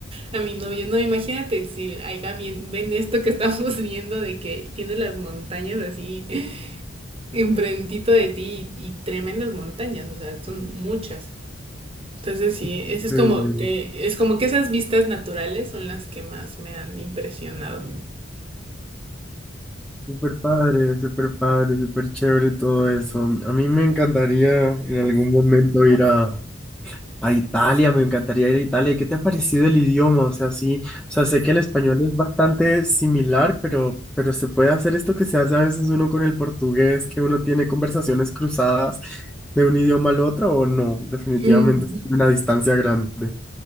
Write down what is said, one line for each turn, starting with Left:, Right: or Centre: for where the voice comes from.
Right: a mi novio, no, imagínate si acá bien, ven esto que <laughs> estamos viendo de que tiene las montañas así enfrentito de ti, y, y tremendas montañas, o sea, son muchas. Entonces sí,
Centre: <laughs>
Right: eso es como que es como que esas vistas naturales son las que más me han impresionado.
Centre: Súper padre, súper padre, súper chévere todo eso. A mí me encantaría en algún momento ir a, a Italia, me encantaría ir a Italia. ¿Qué te ha parecido el idioma? O sea, sí, o sea, sé que el español es bastante similar, pero, pero se puede hacer esto que se hace a veces uno con el portugués, que uno tiene conversaciones cruzadas de un idioma al otro, o no, definitivamente
Right: Mm.
Centre: es una distancia grande.